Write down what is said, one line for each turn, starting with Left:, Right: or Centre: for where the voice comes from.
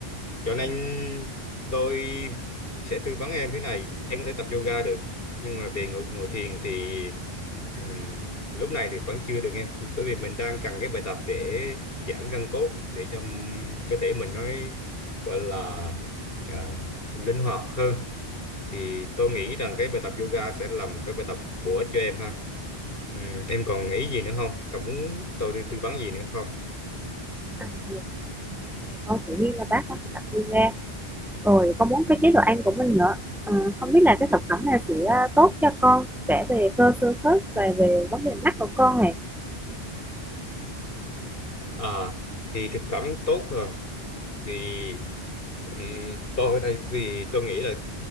Left: Cho nên tôi sẽ tư vấn em thế này, em có thể tập yoga được, nhưng mà về ngồi ngồi thiền thì ừm, lúc này thì vẫn chưa được nghe, bởi vì mình đang cần cái bài tập để giãn gân cốt để cho ừm, cơ thể mình nó gọi là à, linh hoạt hơn. Thì tôi nghĩ rằng cái bài tập yoga sẽ là một cái bài tập bổ ích cho em ha. Ừm, em còn ý gì nữa không? Còn muốn tôi tư tư vấn gì nữa không?
Centre: à, dạ. vậy con sẽ ghi là bác con sẽ tập yoga rồi con muốn cái chế độ ăn của mình nữa Ờ, không biết là cái thực phẩm này sẽ ờ, tốt cho con kể về cơ xương khớp và về vấn đề mắt của con này
Left: À, thì thực phẩm tốt rồi. thì ừm, tôi ở đây thì tôi nghĩ là